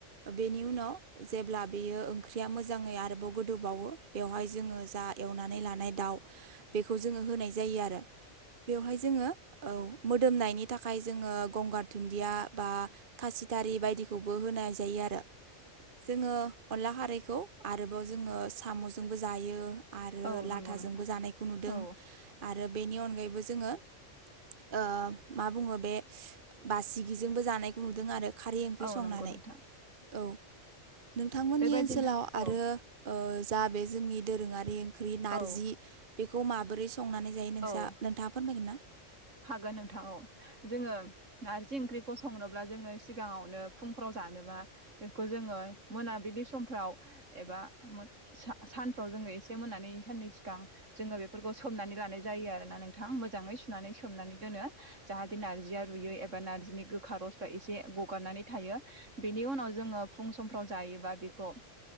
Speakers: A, on the right; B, on the right.
A: बेनि उनाव। जेब्ला बेयो ओंख्रिया मोजाङै आरोबाव गोदौबावो बेवहाय जोङो जा एवनानै लानाय दाउ बेखौ जोङो होनाय जायो आरो। बेवहाय जोङो औ। मोदोमनायनि थाखाय जोङो गंगार धुन्दिया बा खासिथारि बायदिखौबो होनाय जायो आ रो जोङो अनला खारैखौ आरोबाव जोङो साम'जोंबो जायो। आरो
B: औ
A: लाथाजोंबो
B: नंगौ नोंथां
A: जानायखौ नुदों
B: औ
A: आरो बेनि अनगायैबो जोङो ओ मा बुङो बे बासिगिजोंबो जानायखौ नुदों आरो। खारै ओंख्रि
B: औ
A: संनानै
B: नंगौ नोंथां।
A: औ नोंथांमोननि
B: बेबायदिनो
A: ओनसोलाव
B: औ
A: आरो ओ। जा बे जोंनि दोरोङारि ओंख्रि नारजि
B: औ
A: बेखौ माबोरै संनानै जायो नोंसा
B: औ
A: नोंथां। फोरमायगोनना।
B: हागोन नोंथां औ जोङो नारजि ओंख्रिखौ संनोब्ला जोङो सिगाङावनो फुंफ्राव जा नोबा बेखौ जोङो मोनाबिलि समफ्राव एबा सा सानफ्राव जों। एसे <unintelligible> साननै सिगां जोङो बेफोरखौ सोमनानै लानाय जायो आरोना नोंथां मोजै सुनानै। सोमनानै दोनो जाहाथे नारजिया रुयो एबा नारजिनि गोखा रसफ्रा एसे गगारनानै थायो। बिनि उनाव जोङो फुं समफ्राव जायोबा बेख'।